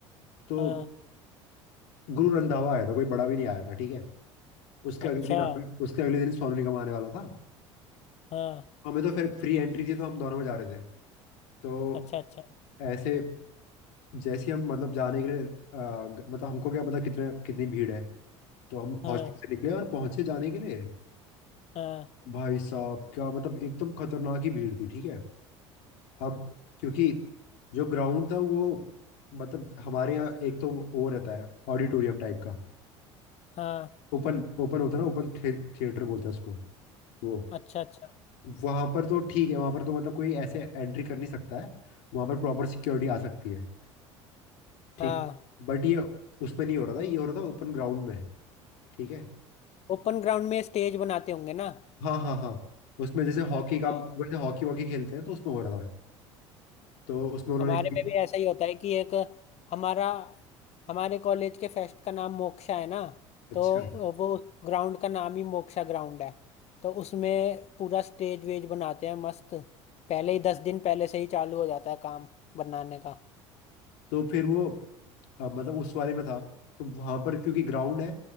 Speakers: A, on the left; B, on the left.
A: तो
B: हाँ
A: गुरु रंधावा आया था कोई बड़ा भी नहीं आया था ठीक है उसके
B: अच्छा
A: अगले दिन आने- उसके अगले दिन सोनू निगम आने वाला था
B: हाँ
A: हमें तो फिर फ्री एंट्री थी तो हम दोनों में जा रहे थे तो
B: अच्छा अच्छा
A: ऐसे जैसे ही हम मतलब जाने के लिए अ, ग- मतलब हमको क्या पता कितने कितनी भीड़ है तो हम
B: हाँ
A: हॉस्टल से निकले और पहुंचे जाने के लिए
B: हाँ
A: भाई साहब क्या मतलब एकदम खतरनाक ही भीड़ थी ठीक है अब क्योंकि जो ग्राउंड था वो मतलब हमारे यहाँ एक तो वो रहता है ऑडिटोरियम टाइप का
B: हाँ
A: ओपन ओपन होता है ना ओपन थिएटर बोलते हैं उसको वो
B: अच्छा अच्छा
A: वहां पर तो ठीक है वहां पर तो मतलब कोई ऐसे एंट्री कर नहीं सकता है वहां पर प्रॉपर सिक्योरिटी आ सकती है ठीक
B: हाँ
A: बट ये उसमें नहीं हो रहा था ये हो रहा था ओपन ग्राउंड में ठीक है
B: ओपन ग्राउंड में स्टेज बनाते होंगे ना
A: हाँ हाँ हाँ उसमें जैसे हॉकी का
B: हाँ।
A: वैसे हॉकी वॉकी खेलते हैं तो उसमें हो रहा था तो उसमें उन्होंने
B: हमारे में भी ऐसा ही होता है कि एक हमारा हमारे कॉलेज के फेस्ट का नाम मोक्षा है ना
A: अच्छा
B: तो वो ग्राउंड का नाम ही मोक्षा ग्राउंड है तो उसमें पूरा स्टेज वेज बनाते हैं मस्त पहले ही दस दिन पहले से ही चालू हो जाता है काम बनाने का
A: तो फिर वो अ, मतलब उस वाले में था तो वहां पर क्योंकि ग्राउंड है